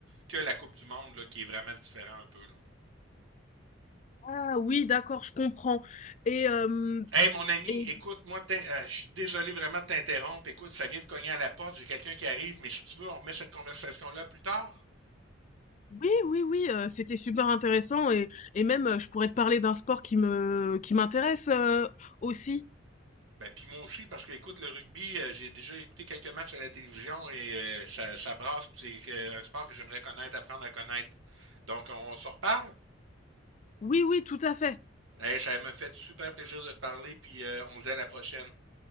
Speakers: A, on the right; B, on the left.
A: que la Coupe du Monde, là, qui est vraiment différent un peu. Là.
B: Ah oui, d'accord, je comprends et hem
A: Hey, mon ami,
B: et
A: écoute, moi, euh, je suis désolé vraiment de t'interrompre. Écoute, ça vient de cogner à la porte, j'ai quelqu'un qui arrive, mais si tu veux, on remet cette conversation-là plus tard.
B: oui, oui, oui, heu, c'était super intéressant et et même, heu, je pourrais te parler d'un sport qui me qui m'intéresse, heu, aussi.
A: Ben, puis moi aussi, parce que, écoute, le rugby, euh, j'ai déjà écouté quelques matchs à la télévision et euh, ça, ça brasse, puis c'est euh, un sport que j'aimerais connaître, apprendre à connaître. Donc, on, on se reparle.
B: Oui, oui, tout à fait.
A: Hey, ça me fait super plaisir de te parler, puis euh, on se dit à la prochaine.